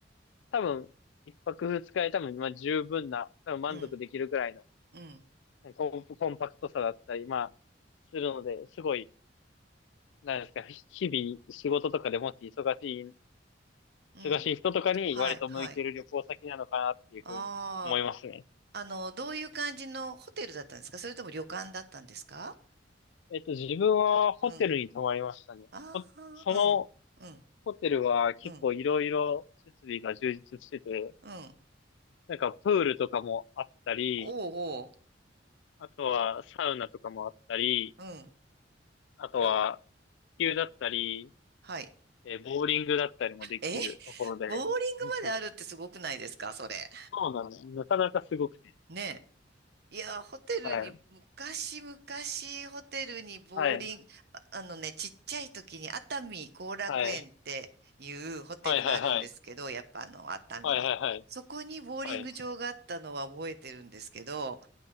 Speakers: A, on the left; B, on the right.
A: 多分、一泊二日で多分、まあ、十分な、多分満足できるくらいの
B: うん、うん、
A: コン、コンパクトさだったり、まあ、するので、すごい、なんですか、日々仕事とかでもし忙しい、
B: うん。
A: 忙しい人とかに割と向いてる旅行先なのかなっていうふうに思いますね。
B: はい、はい。ああ。あの、どういう感じのホテルだったんですかそれとも旅館だったんですか
A: えっと、自分はホテルに泊まりましたね。
B: うん。あ
A: ほその
B: あ、うん、うん、
A: ホテルは結構いろいろ設備が充実してて、
B: うん、うん。
A: なんかプールとかもあったり、
B: おうおう、
A: あとはサウナとかもあったり、
B: うん。
A: あとは
B: と
A: 球だったり、
B: はい。
A: えーボーリングだったりもできるところで、
B: えボーリングまであるってすごくないですかそれ。
A: うんうんそうなんです。なかなかすごくて。
B: ねえ。いや、ホテルに、
A: はい。
B: 昔々ホテルにボーリング、
A: はい。
B: ああのね、ちっちゃい時に熱海後楽園っていうホテルがあるんですけど、
A: はい。はいはいはい。
B: やっぱあの、熱海に。
A: はいはいはい。
B: そこにボーリング場があったのは覚えてるんですけど、
A: はい。